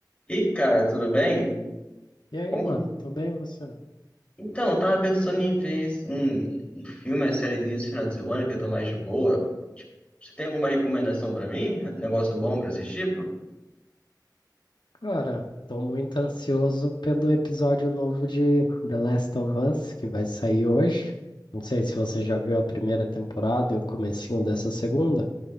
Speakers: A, on the left (about 15°); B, on the left (about 80°).
A: E cara, tudo bem?
B: E aí,
A: Como-
B: mano, tô bem você?
A: Então, eu tava pensando em ver esse- um, um filme, uma sériezinha esse final de semana que eu tô mais de boa. Você tem alguma recomendação pra mim? Um Negócio bom pra assistir?
B: Cara, tô muito ansioso pelo episódio novo de The Last of Us que vai sair hoje. Não sei se você já viu a primeira temporada e o comecinho dessa segunda.